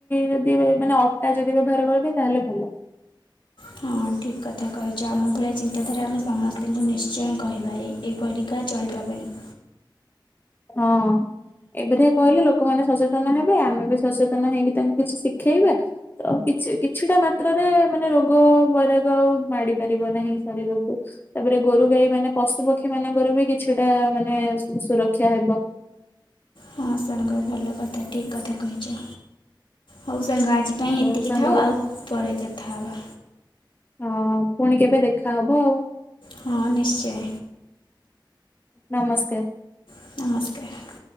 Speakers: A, on the left; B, on the left.
A: ଯଦି ମାନେ ଅଟା ଯଦି ବ୍ୟବହାର କରନ୍ତେ ତାହେଲେ ଭଲ।
B: ହଁ ଠିକ୍ କଥା କହିଛ ଆମ ଭଳିଆ ଚିନ୍ତାଧାରା ଆମେ ସମସ୍ତଙ୍କୁ ନିଶ୍ଚୟ କହିବା ଏ ଏପରିକା ଚଳିବା ପାଇଁ।
A: ହଁ। ଏପରିକା କହିଲେ ଲୋକମାନେ ସଚେତନ ହେବେ ଆମେ ବି ସଚେତନ ହେଇକି ତାଙ୍କୁ କିଛି ଶିଖେଇବା। ତ କିଛି କିଛିଟା ମାତ୍ରାରେ ମାନେ ରୋଗ, ବୈରାଗ ଆଉ ମାଡ଼ି ପାରିବ ନାହିଁ ଶରୀରକୁ। ତା'ପରେ ଗୋରୁଗାଈ ମାନେ ପଶୁ ପକ୍ଷୀ ମାନଙ୍କର ବି କିଛିଟା ମାନେ ସୁରକ୍ଷା ହେବ।
B: ହଁ ସାଙ୍ଗ ଭଲ କଥା ଠିକ କଥା କହିଛ ହଉ ସାଙ୍ଗ ଆଜି ପାଇଁ
A: ଆଉ
B: ଏତିକି
A: ସାଙ୍ଗ
B: ଥାଉ ଆଉ ପରେ କଥା ହବା।
A: ହଁ, ପୁଣି କେବେ ଦେଖାହବ ଆଉ।
B: ହଁ, ନିଶ୍ଚୟ।
A: ନମସ୍କାର।
B: ନମସ୍କାର।